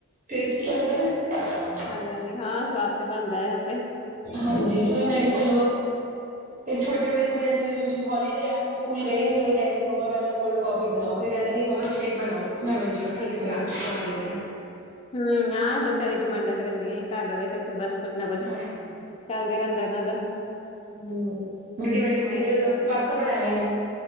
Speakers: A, on the right; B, on the left.
A: ਟੇਸਟ ਲੱਗਦਾ ਨਾ
B: ਹਾਂਜੀ-ਹਾਂਜੀ ਹਾਂ ਸਵਾਦ ਤੇ ਬਣਦਾ ਆ ਉਹ ਤੇ
A: ਹਾਂਜੀ ਕੋਈ ਮੈਂ ਕਿਹਾ ਚਲੋ ਇੱਕ ਛੋਟੀ ਵਾਲੀ ਕੁੜੀ ਅਜੇ ਹੋਲੀਡੇ ਆ ਸੀ ਸਕੂਲ ਗਈ ਨੀ ਉ ਕ ਕਿਹਾਹੇ ਸੀ ਮੰਮਾ ਪਹਿਲਾਂ ਕੋਲਡ ਕੋਫੀ ਬਣਾਓ ਫਿਰ ਕਹਿੰਦੀ ਮੰਮਾ ਸ਼ੇਕ ਬਣਾਓ ਮੈਂ ਕਿਹਾ ਚਲੋ ਠੀਕ
B: ਅੱਛਾ
A: ਹੈ ਬਣਾ ਬਣਾ ਦਿੰਨੀ ਆ।
B: ਹਮ ਆ ਬੱਚਿਆਂ ਦੀ ਡਿਮਾਂਡਾਂ ਤੇ ਰਹਿੰਦੀਆਂ ਹੀ ਘਰ ਰਹੇ ਤੇ ਫਰ ਬਸ ਕੁਛ ਨਾ ਕੁਛ
A: ਹਾਂਜੀ।
B: ਚੱਲਦਾ ਰਹਿੰਦਾ ਇਨਾਂ ਦਾ
A: ਹਮ ਵੱਡੀ ਵੱਡੀ ਕੁੜੀ
B: ਹੋਰ
A: ਕ ਉਹਦੇ ਵਾਸਤੇ
B: ਤੇ
A: ਪਾਸਤਾ ਬਣਾਇਆ ਇਹ